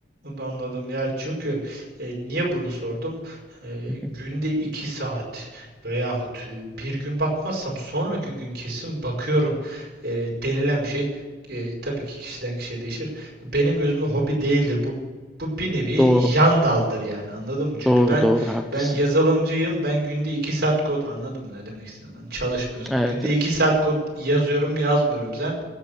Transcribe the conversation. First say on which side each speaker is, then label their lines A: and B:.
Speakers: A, on the right; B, in the centre.
A: Anladım. Ya çünkü e, niye bunu sordum? E,
B: Hı hı.
A: günde 2 saat veyahut e, bir gün bakmazsam sonraki gün kesin bakıyorum e, denilen bir şey e, tabii ki kişiden kişiye değişir. Benim gözümde hobi değildir. Bu bu bir nevi
B: Doğru.
A: yan daldır yani anladın mı? Çünkü
B: Doğru
A: ben
B: doğru haklısın.
A: ben yazılımcıyım. Ben günde 2 saat kod anladım ne demek istedim. Ben çalışmıyorsam
B: Evet,
A: günde
B: evet.
A: 2 saat kod yazıyorum, yazmıyorum. Sen